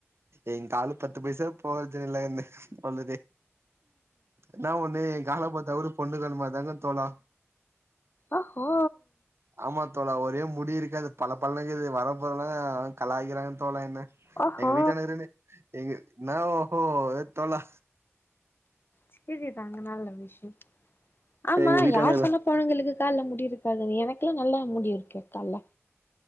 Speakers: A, on the right; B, on the left.
A: எங்காலு பத்து பைசா போஜனல்லனு சொல்லுதே என்னா ஒண்ணு கால பாத்தா கூட பொண்ணு கால் மாதி தாங்க தோனு
B: ஓஹோ
A: ஆமா தோழா ஒரே முடி இருக்காது பல பலக்குது வர போறலாம் கலாய்குறாங்க தோழா என்ன
B: ஓஹோ
A: எங்க வீட்டான இருன்னு எங்க என்ன ஓஹோ தோழா
B: சேரிதாங்க நல்ல விஷயம் ஆமா
A: எங்க வீட்டானு
B: யார் சொன்னப் பொன்னுங்களுக்கு கால்ல முடியிருக்காதுனு எனக்குல்லா நல்லா முடி இருக்கு கால்ல